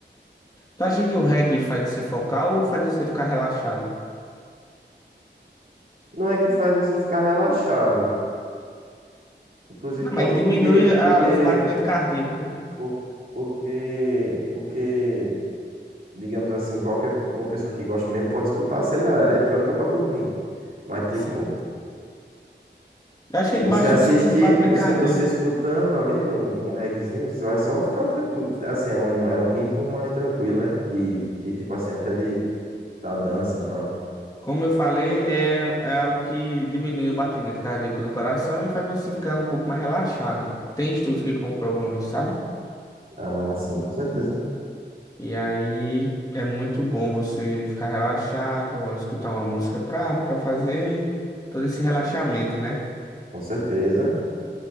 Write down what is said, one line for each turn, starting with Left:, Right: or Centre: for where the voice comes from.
Left: Tu acha que o reggae faz você focar ou faz você ficar relaxado?
Right: Não é que faz você ficar relaxado. Inclusive
Left: Não,
Right: pode,
Left: mas ele diminui
Right: porque,
Left: a-
Right: porque,
Left: os batimentos cardíacos, né?
Right: por- porque, porque digamos assim, qualquer uma pessoa que gosta mesmo pode escutar, sei lá, eletrônica para dormir. Mas, tipo,
Left: Sim. Eu acho que ele
Right: você
Left: baixa
Right: assistir,
Left: os, os batimentos
Right: você,
Left: cardíacos.
Right: você escutando ali um, um reguezinho, você vai só ficar tranquilo. Assim, é um, é um ritmo mais tranquilo, né? De, de tipo assim, até de, da dança e tal.
Left: Como eu falei, é, é algo que diminui o batimento cardíaco do coração e faz você ficar um pouco mais relaxado. Tem estudos que comprovam isso, sabe?
Right: Ah, sim, com certeza.
Left: E aí é muito bom você ficar relaxado, escutar uma música pra, pra fazer todo esse relaxamento, né?
Right: Com certeza.